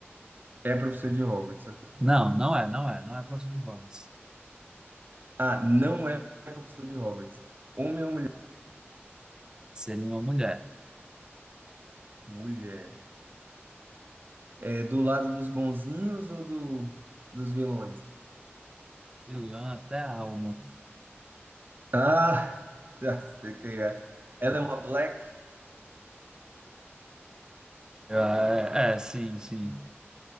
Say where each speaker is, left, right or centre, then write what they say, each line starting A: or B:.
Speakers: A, on the right; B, on the right.
A: É professor de Hogwarts, ok.
B: Não, não é, não é. Não é professor de Hogwarts.
A: Ah, não é professor de Hogwarts. Homem ou mulher?
B: Seria uma mulher.
A: Mulher. É do lado dos bonzinhos ou do, dos vilões?
B: Vilã até a alma.
A: Ah, <laughs> já sei quem é. Ela é uma Black
B: É, é, sim, sim.